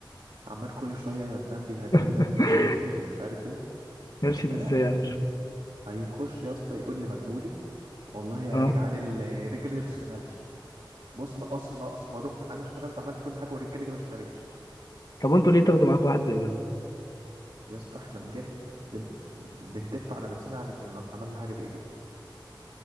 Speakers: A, on the right; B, on the left.
A: عمال كل شوية فاهم بيهددنا
B: <laughs>
A: انه هيرشد ومش عارف ايه
B: يرشد
A: فلا
B: ازاي
A: يعني
B: يعني مش فاهم.
A: هيخش يا اسطى يقول لي مدبولي والله يا
B: اه
A: جدعان ال- الرجالة دي ما بتشتغلش بص نقص نقص يا دكتور انا اشتغلت وعملت كل حاجة والرجالة دي ما اشتغلتش
B: طب انتوا ليه تاخدوا معاكم واحد زي ده
A: يا اسطى احنا بجد بن... بندف على نفسنا علشان عملنا حاجة زي دي